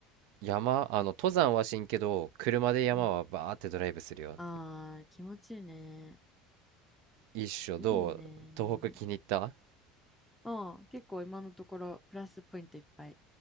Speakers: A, on the right; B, in the centre.
A: 山あの登山はしんけど車で山はバーってドライブするよ
B: うん。あー、気持ちいいね。
A: 一緒どう東北気に入った
B: いいね。うん、結構今のところプラスポイントいっぱい。